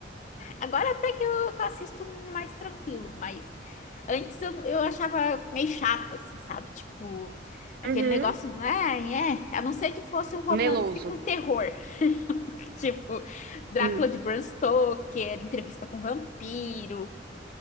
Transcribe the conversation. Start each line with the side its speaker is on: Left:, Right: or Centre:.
Left: agora até que eu, que eu assisto mais tranquilo, mas antes eu, eu achava meio chato, assim, sabe? Tipo, aquele
Right: Uhum.
Left: negócio, ai, é, a não ser que fosse um romance
Right: Meloso.
Left: com terror, <laughs> tipo, Drácula
Right: Hum.
Left: de Bram Stoker, entrevista com vampiro,